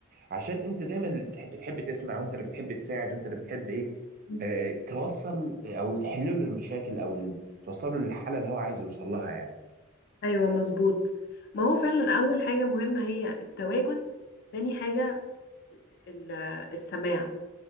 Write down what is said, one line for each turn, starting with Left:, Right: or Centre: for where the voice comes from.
Right: عشان انت دايما اللي بتحب بتحب تسمع وانت اللي بتحب تساعد وانت اللي بتحب ايه
Left: مم.
Right: اه توصل او تحل له المشاكل او ال- توصل له للحالة اللي هو عايز يوصل لها يعني
Left: ايوه مظبوط ما هو فعلا اول حاجه مهمه هي التواجد تاني حاجه ال- السماع